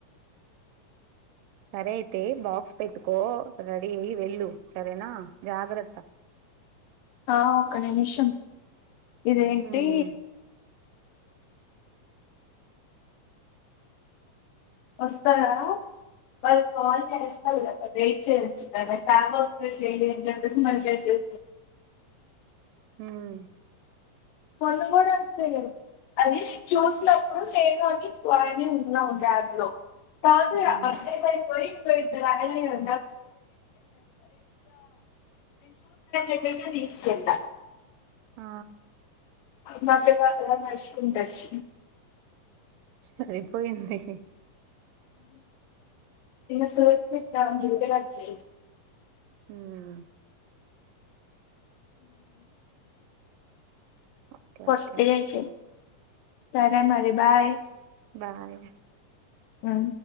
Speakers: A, on the right; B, on the left.
A: సరే అయితే బాక్స్ పెట్టుకో రెడీ అయి వెళ్ళు సరేనా జాగ్రత్త
B: ఆ ఒక నిమిషం ఇదేంటి
A: ఉమ్
B: వస్తారా మరి కాల్ చేస్తారు కదా వెయిట్ చేయొచ్చు కదా క్యాబ్ వస్తే చెయడి అని చెప్పేసి మళ్చసే
A: మ్మ్
B: ముందు కూడా అంతే కదా అది చూసినప్పుడు నేను అని వాని ఉన్నాం క్యాబ్ లో తజా
A: అవునులే
B: అప్డేట్ అయిపోయి గో <unintelligible> తీసుకెళ్ళా
A: ఆ
B: మాకు <inaudible> నడుచుకుంటచ్చ్
A: సరిపోయింది
B: నిన్న <inaudible> రిటనచ్చేయ్
A: ఊమ్ ఓకే
B: వస్తే
A: ఓకే
B: ఐతే సరే మరి బాయ్
A: బాయ్
B: ఉం